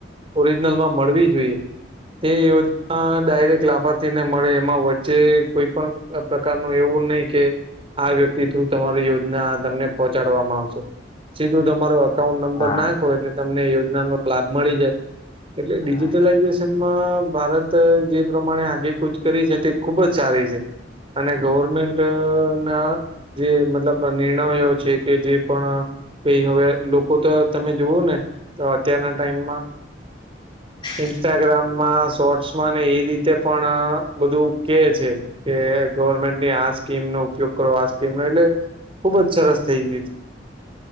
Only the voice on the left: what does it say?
હા
હા
<inaudible>